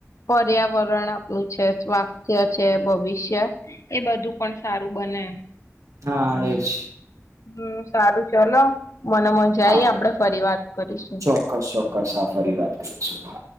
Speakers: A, on the left; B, on the right.
A: પર્યાવરણ આપણું છે સ્વાસ્થ્ય છે ભવિષ્ય એ બધું પણ સારું બને એ.
B: હા એજ.
A: હમ સારું ચલો મને મજા
B: હા
A: આવી આપડે ફરી વાત કરીશું.
B: ચોક્કસ
A: <inaudible>
B: ચોક્કસ હા ફરી વાત કરીશું હા